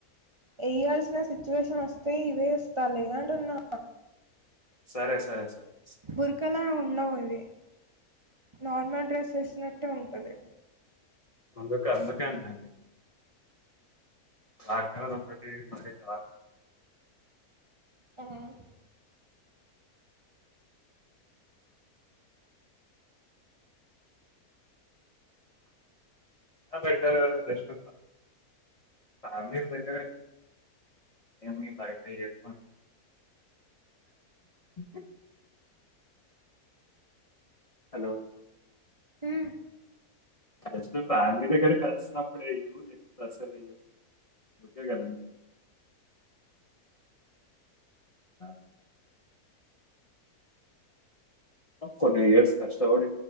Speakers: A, on the right; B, on the left.
A: వయ్యవలసిన సిచువేషన్ వస్ వస్తే ఇవే ఇస్తాలే అంటున్నా
B: సరే సరే సరే సరే.
A: బురకలా ఉండవు అవి నార్మల్ డ్రెస్ వేసినట్టే ఉంటది
B: అందుకే అందుకేండి ఆక్కల ఒక ఒకటి మరీ రా
A: హ్మ్ హు
B: ఇంగ బెటర్ కదండి బెస్ట్ అన్ని బెటర్ ఏ నాకైతే <unintelligible> <unintelligible> హలో
A: మ్మ్
B: ఆ జస్ట్ ఫ్యామిలీ దగ్గర కలిసినప్పుడేవు లేకుపోతే అసలు ఇయవు ఓకే కదండి ఆ కొన్ని ఇయర్స్ కష్ట పడి